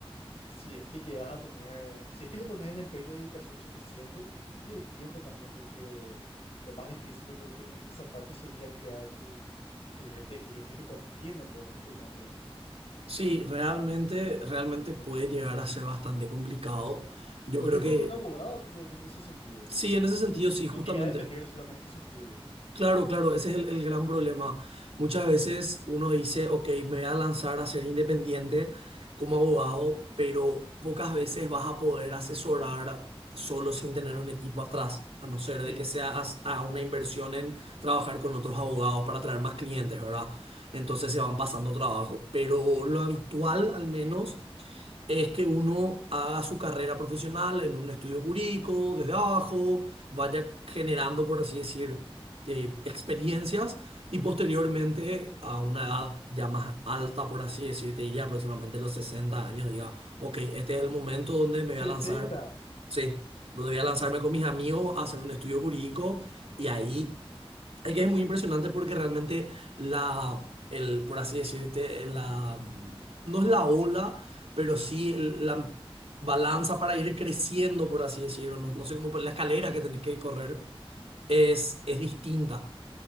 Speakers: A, on the left; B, on the right.
A: si es que llegas a tener, si es que le pones el empeño y dedicación suficiente y el tiempo también, porque lo más difícil yo creo que en, en esa parte sería crear tu, tu red de clientes que confíen en vos y en tu nombre.
B: Sí, realmente, realmente puede llegar a ser bastante complicado. Yo
A: Lo
B: creo
A: mismo
B: que
A: que un abogado, creo yo, en ese sentido,
B: Sí, en ese sentido, sí,
A: que no
B: justamente.
A: quiera depender solamente de su estudio.
B: Claro, claro, ese es el, el gran problema. Muchas veces uno dice, ok, me voy a lanzar a ser independiente como abogado, pero pocas veces vas a poder asesorar solo sin tener un equipo atrás, a no ser
A: Sí,
B: de que sea as- a una inversión en trabajar con otros abogados para traer más clientes, ¿verdad? Entonces se van pasando trabajo, pero lo habitual al menos es que uno haga su carrera profesional en un estudio jurídico, desde abajo, vaya generando, por así decir, eh, experiencias y posteriormente a una edad ya más alta, por así decir, te diría aproximadamente los 60 años, diga, ok, este es el momento donde me
A: sesenta
B: voy a lanzar, sí, donde voy a lanzarme con mis amigos a hacer un estudio jurídico
A: increíble.
B: y ahí... Es que es muy impresionante porque realmente la, el, por así decirte, la, mm, no es la ola, pero sí el- la balanza para ir creciendo, por así decirlo, no, no sé cómo, la escalera que tenés que correr es, es distinta